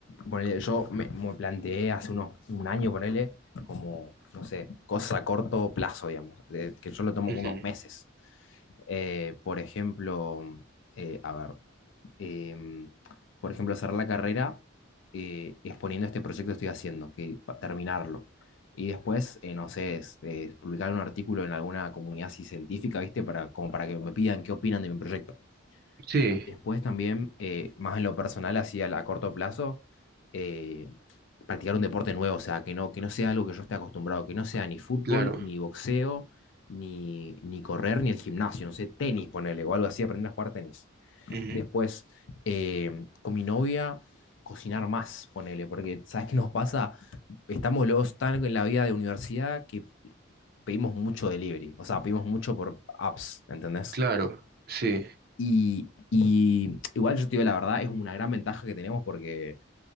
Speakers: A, on the left (about 60°); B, on the right (about 50°).
A: ponele, yo me, me planteé hace unos, un año, ponele, como, no sé, cosas a corto plazo, digamos, de- que yo lo tomo
B: ujú,
A: unos meses. Eh, por ejemplo, eh, a ver. em, por ejemplo, cerrar la carrera eh, exponiendo este proyecto que estoy haciendo, que pa- terminarlo. Y después, eh, no sé, es, eh, publicar un artículo en alguna comunidad así científica, ¿viste? Para, como para que me pidan qué opinan de mi proyecto.
B: Sí,
A: Después también, eh, más en lo personal, así a, la- a corto plazo, eh, practicar un deporte nuevo, o sea, que no, que no sea algo que yo esté acostumbrado, que no sea ni fútbol,
B: claro.
A: ni boxeo, ni, ni correr, ni el gimnasio, no sé, tenis, ponerle o algo así, aprender a jugar tenis.
B: ujú,
A: Después, eh, con mi novia, cocinar más, ponele, porque ¿sabes qué nos pasa? Estamos los tan en la vida de universidad que pedimos mucho delivery, o sea, pedimos mucho por apps, ¿entendés?
B: Claro. Sí,
A: Y, y igual yo te digo la verdad, es una gran ventaja que tenemos porque